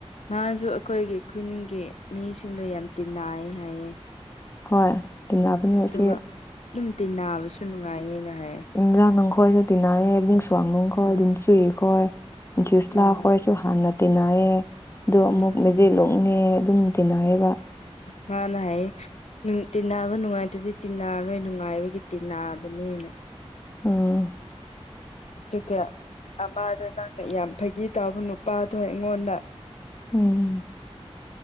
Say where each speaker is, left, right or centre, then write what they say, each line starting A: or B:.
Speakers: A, on the left; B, on the left.
A: ꯃꯥꯁꯨ ꯑꯩꯈꯣꯏꯒꯤ ꯈꯨꯟꯒꯤ ꯃꯤꯁꯤꯡꯗꯣ ꯌꯥꯝ ꯇꯤꯅꯥꯏ ꯍꯥꯏꯌꯦ
B: ꯍꯣꯏ ꯇꯤꯟꯅꯕꯅꯦ
A: ꯑꯗꯨꯒ
B: ꯑꯁꯤ
A: ꯑꯗꯨꯝ ꯇꯤꯟꯅꯕꯁꯨ ꯅꯨꯡꯉꯥꯏꯌꯦꯅ ꯍꯥꯏꯌꯦ
B: ꯏꯟꯖꯥ ꯅꯪꯈꯣꯏꯁꯨ ꯇꯤꯅꯥꯌꯦ ꯏꯕꯨꯡ ꯁꯨꯋꯥꯡꯅꯅꯨꯡꯈꯣꯏ
A: ꯑꯣ
B: ꯅꯨꯡꯁꯨꯨꯏ ꯈꯣꯏ ꯖꯤꯁꯂ
A: ꯑꯣ
B: ꯈꯣꯏ ꯍꯥꯟꯅ ꯇꯤꯟꯅꯌꯦ ꯑꯗꯣ
A: ꯎꯝ
B: ꯑꯃꯨꯛ ꯃꯦꯖꯦꯠꯂꯣꯡꯅꯦ ꯑꯗꯨꯝ ꯇꯤꯟꯅꯌꯦꯕ
A: ꯃꯅꯥ ꯍꯥꯏꯌꯦ ꯇꯤꯟꯅꯕ ꯅꯨꯡꯉꯥꯏꯇ꯭ꯔꯗꯤ ꯇꯤꯟꯅꯔꯣꯏ ꯅꯨꯡꯉꯥꯏꯕꯒꯤ ꯇꯤꯟꯅꯕꯅꯦꯅ
B: ꯎꯝ
A: ꯑꯗꯨꯒ ꯑꯃꯗꯣ ꯅꯪꯅ ꯌꯥꯝ ꯐꯥꯒꯤ ꯇꯥꯎꯕ ꯅꯨꯄꯥꯗꯣ ꯑꯩꯉꯣꯟꯗ
B: ꯎꯝ